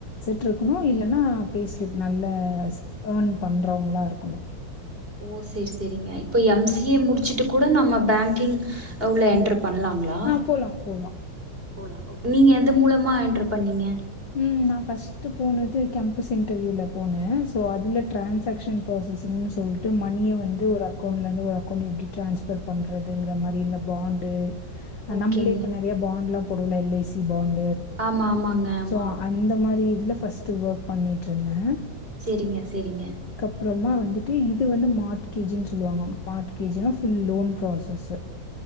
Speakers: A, on the left; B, on the right.
A: ட்ருக்குணு இல்லனா பே ஸ்லிப் நல்ல ஏர்ன் பண்றவங்களா இருக்கணு
B: ஓ சேரி செரிங்க யிப்ப எம் சி ஏ முடிச்சுட்டு கூட நம்ம பேங்கிங் உள்ள என்டர் பண்லாங்களா
A: ஆ போலாம், போலாம்.
B: போலா நீங்க எது மூலமா என்ட்ரு பண்ணீங்க
A: ம் நா ஃபர்ஸ்ட்டு போனது கெபஸ் இன்டர்வியூல போனே சோ அதுல டிரான்சாக்ஷன் ப்ராசஸிங்னு சொல்ட்டு மணிய வந்து ஒரு அக்கௌண்ட்லருந்து ஒரு அக்கவுண்ட் யெப்டி ட்ரன்ஸ்பர் பண்றதுங்காற மாரி இந்த பாண்டு்
B: ஓகேங்க
A: நம்பளே இப்ப நெறைய பாண்ட்லா போடுவோல எல் ஐ சி பாண்
B: ஆமா ஆமாங்க ஆமா
A: சோ அந்த மாரி இதுல ஃபர்ஸ்ட்டு ஒர்க் பண்ணிட்டுருந்தே
B: செரிங்க செரிங்க
A: அப்புறமா வந்துட்டு இது வந்து மார்ட்கேஜுன் சொல்லுவாங்க மார்ட் கேஜுனா ஃபுல் லோன் ப்ராசஸு